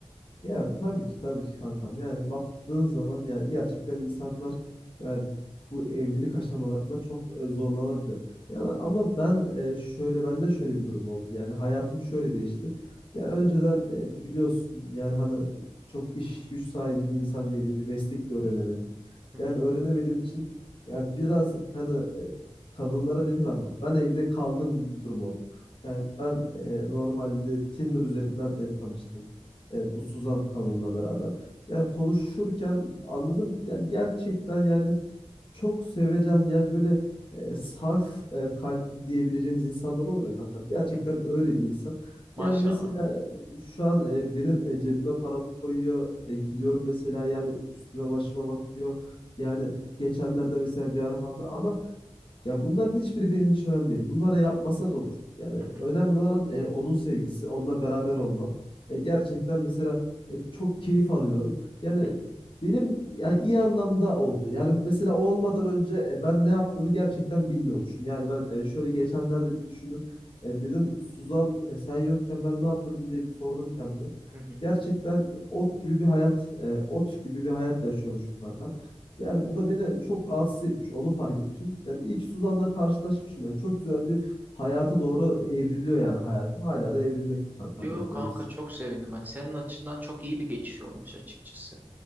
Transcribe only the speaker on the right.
Hı
hı,
hı hı.
Maşallah.
Hı hı,
hı hı,
hı hı.
Yo
kanka
çok sevindim. Hani senin açından çok iyi bir geçiş olmuş açıkçası.